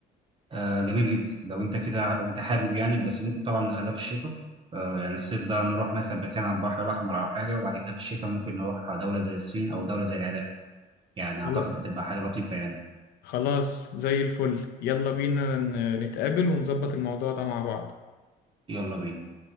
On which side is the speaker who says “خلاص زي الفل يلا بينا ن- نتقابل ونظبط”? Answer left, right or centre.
Left